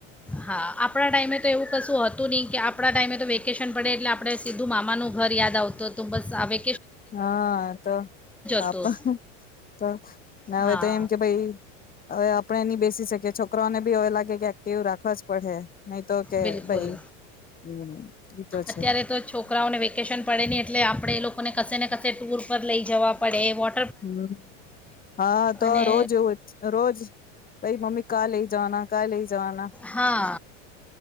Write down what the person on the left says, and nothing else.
હા, તો આપ
હવે
તો એમ કે ભાઈ હવે આપણે નહી બેસી શકીએ છો. છોકરોને બી હવે લાગે કે એક્ટિવ રાખવા જ પડહે. નહી તો કે
ભાઈ હમ. એ તો છે
હમ, હા તો
રોજ રોજ, રોજ પહી મમ્મી કા લઈ જવાના કા લઈ જવાના?